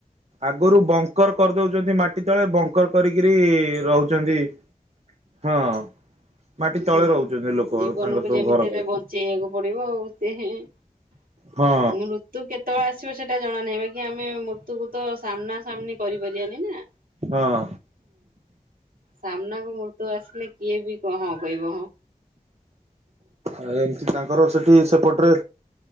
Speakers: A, on the right (about 50°); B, on the right (about 90°).
A: ଆଗରୁ ବଙ୍କର କରିଦଉଛ ମାଟି ତଳେ ବଙ୍କର କରିକିରି ରହୁଛନ୍ତି ହଁ ମାଟି ତଳେ
B: ହୁଁ
A: ରହୁଛନ୍ତି ଲୋକ
B: ଜୀବନକୁ
A: ତାଙ୍କର ସବୁ
B: ଯେମିତି
A: ଘର
B: ହେଲେ
A: କରି
B: ବଞ୍ଚେଇବାକୁ ପଡିବ ଆଉ ସେ ମୃତ୍ୟୁ
A: ହଁ
B: କେତେବେଳେ ଆସ ସେଟା ଜଣା ନାହିଁ ବା କି ଆମେ ମୃତ୍ୟୁକୁ ତ ସାମ୍ନା ସାମ୍ନି କରିପାରିବାନି ନା ହଁ
A: ହଁ
B: ସାମ୍ନାକୁ ମୃତ୍ୟୁ ଆସିଲେ କିଏ ବି କହ କହିବ ହଁ
A: ଆଉ ଏମିତି ତାଙ୍କ ର ସେଠି ସେପଟରେ